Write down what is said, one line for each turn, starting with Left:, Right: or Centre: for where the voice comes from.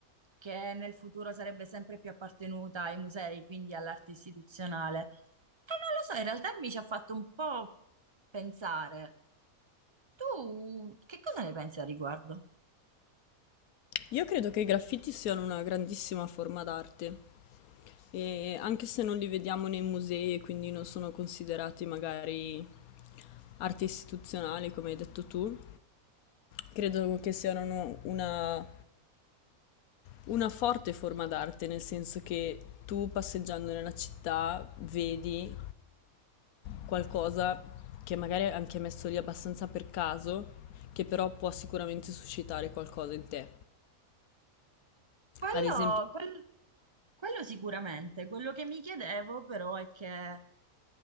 Right: che nel futuro sarebbe sempre più appartenuta ai musei, quindi all'arte istituzionale. E non lo so, in realtà mi ci ha fatto un po' pensare. Tu che cosa ne pensi al riguardo?
Left: Io credo che i graffiti siano una grandissima forma d'arte, e anche se non li vediamo nei musei e quindi non sono considerati magari arte istituzionale, come hai detto tu, credo che siano uno- una, una forte forma d'arte, nel senso che tu passeggiando nella città vedi qualcosa che magari è anche messo lì abbastanza per caso, che però può sicuramente suscitare qualcosa in te.
Right: Quello,
Left: Ad esempio,
Right: quel- Quello sicuramente, quello che mi chiedevo però è che,